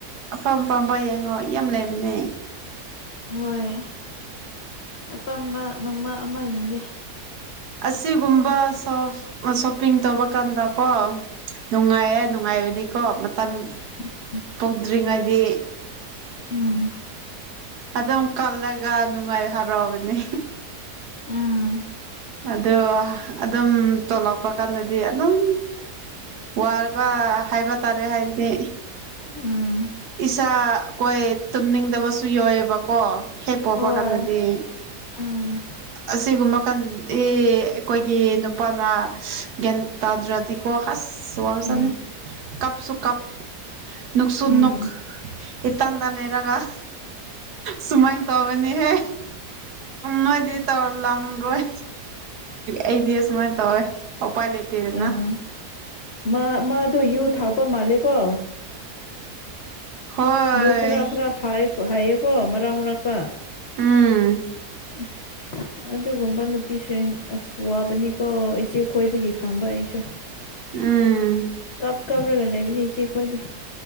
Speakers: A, on the right; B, on the left.
A: ꯑꯄꯥꯝ ꯑꯄꯥꯝꯕ ꯌꯦꯡꯉꯣ ꯌꯥꯝ ꯂꯩꯕꯅꯦ
B: ꯍꯣꯏ ꯑꯄꯥꯝꯕ ꯅꯣꯡꯃ ꯑꯃ ꯌꯦꯡꯒꯦ
A: ꯑꯁꯤꯒꯨꯝꯕ ꯁꯣ ꯁꯣꯞꯄꯤꯡ ꯇꯧꯕ ꯀꯥꯟꯗꯀꯣ ꯅꯨꯡꯉꯥꯏꯌꯦ ꯅꯨꯡꯉꯥꯏꯕꯅꯤꯀꯣ ꯃꯇꯝ
B: ꯎꯝ <unintelligible>
A: ꯐꯧꯗ꯭ꯔꯤꯉꯩꯗꯤ
B: ꯎꯝ
A: ꯑꯗꯨꯝ ꯀꯜꯂꯒ ꯅꯨꯡꯉꯥꯏ ꯍꯔꯥꯎꯕꯅꯤ
B: ꯎꯝ
A: ꯑꯗꯣ ꯑꯗꯨꯝ ꯇꯣꯂꯛꯄ ꯀꯥꯟꯗꯗꯤ ꯑꯗꯨꯝ ꯋꯥꯕ ꯍꯥꯏꯕ ꯇꯥꯔꯦ ꯍꯥꯏꯕꯗꯤ
B: ꯎꯝ
A: ꯏꯁꯥ ꯀꯣꯏ ꯇꯨꯝꯅꯤꯡꯗꯕꯁꯨ ꯌꯥꯏꯑꯦꯕꯀꯣ ꯄꯄ
B: ꯍꯣꯏ
A: ꯀꯗꯗꯤ
B: ꯎꯝ
A: ꯑꯁꯤꯒꯨꯝꯕ ꯈꯟꯗꯤ ꯑꯩꯈꯣꯏꯒꯤ ꯅꯨꯄꯥꯅ ꯒ꯭ꯌꯥꯟ ꯇꯥꯗ꯭ꯔꯗꯤꯀꯣ ꯍꯁ ꯁꯋꯥ ꯄꯁꯅꯤ
B: ꯎꯝ
A: ꯀꯞꯁꯨ ꯀꯞ ꯅꯨꯡꯛꯁꯨꯠ
B: ꯎꯝ
A: ꯅꯨꯡꯛ ꯏꯇꯥꯟꯗ ꯂꯩꯔꯒ ꯁꯨꯃꯥꯏꯅ ꯇꯧꯕꯅꯤꯍꯦ ꯅꯣꯏꯗꯤ ꯇꯧꯔ ꯂꯝ ꯔꯣꯏ ꯑꯩꯗꯤ ꯁꯨꯃꯥꯏꯅ ꯇꯧꯋꯦ ꯎꯄꯥꯏ ꯂꯩꯇꯦꯗꯅ
B: ꯑꯥ ꯃꯥ ꯃꯥꯗꯣ ꯌꯨ ꯊꯥꯛꯄ ꯃꯥꯜꯂꯦ ꯀꯣ
A: ꯍꯣꯏ
B: ꯌꯨ ꯈꯔ ꯈꯔ ꯊ ꯍꯥꯏꯌꯦꯀꯣ ꯃꯔꯛ ꯃꯔꯛꯇ ꯑꯁ
A: ꯎꯝ
B: ꯑꯗꯨꯒꯨꯝꯕ ꯅꯨꯄꯤꯁꯤꯡ ꯑꯁ ꯋꯥꯕꯅꯤꯀꯣ ꯏꯆꯦ ꯈꯣꯏꯗꯒꯤ ꯈꯪꯕ ꯑꯩꯁꯨ
A: ꯎꯝ
B: ꯀꯞ ꯀꯕꯒ ꯂꯩꯕꯤꯗꯤ ꯏ ꯆꯦ ꯈꯣꯏꯗꯤ